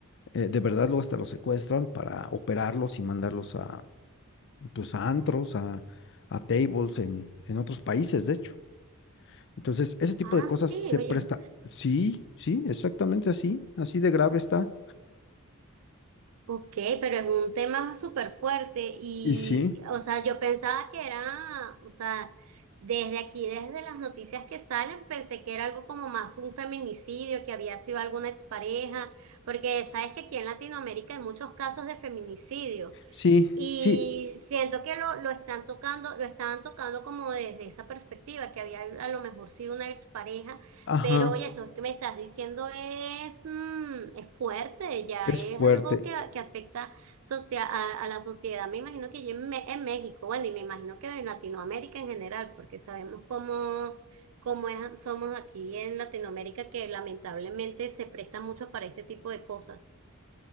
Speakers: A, on the left; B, on the right.
A: eh, de verdad, luego hasta los secuestran para operarlos y mandarlos a, pues, a antros, a, a tables en, en otros países, de hecho. Entonces, ese tipo
B: Ah,
A: de cosas
B: sí,
A: se
B: oye.
A: presta. Sí, sí, exactamente así, así de grave está.
B: Ok, pero es un tema súper fuerte y,
A: Y sí,
B: o sea, yo pensaba que era, o sea, desde aquí, desde las noticias que salen, pensé que era algo como más un feminicidio, que había sido alguna expareja, porque sabes que aquí en Latinoamérica hay muchos casos de feminicidio
A: sí,
B: y
A: sí,
B: siento que lo, lo están tocando, lo estaban tocando como desde esa perspectiva, que había a lo mejor sido una expareja,
A: ajá,
B: pero oye, eso es que me estás diciendo es, mm, es fuerte, ya
A: es
B: es
A: fuerte.
B: algo que, que afecta socia- a, a la sociedad, me imagino que ya en, Me- en México, bueno, y me imagino que en Latinoamérica en general, porque sabemos cómo, cómo es- somos aquí en Latinoamérica, que lamentablemente se presta mucho para este tipo de cosas.